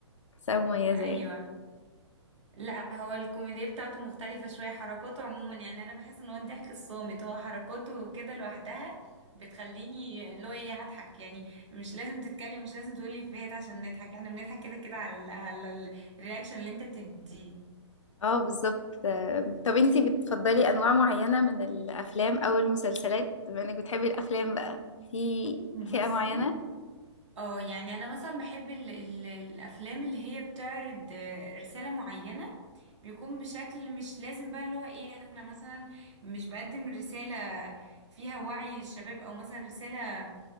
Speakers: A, on the left (about 80°); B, on the right (about 75°).
A: بحسها مميزة
B: ايوه
A: يعني
B: لا هو الكوميديا بتاعته مختلفة شوية حركاته عموما يعني انا بحس ان هو الضحك الصامت هو حركاته كده لوحدها بتخليني اللي هو ايه هضحك يعني مش لازم تتكلم مش لازم تقولي افيهات عشان نضحك احنا بنضحك كده كده على على الرياكشن اللي انت بتديه
A: اه بالظبط آه، طب انتي بتفضلي انواع معينة من الافلام او المسلسلات بما انك بتحبي الافلام بقى في
B: بصي
A: فئة معينة
B: اه يعني انا مثلا بحب ال ال الافلام اللي هي بتعرض آه، رساله معينه بيكون بشكل مش لازم بقى اللي هو ايه انا مثلا مش بقدم رساله فيها وعي للشباب او مثلا رساله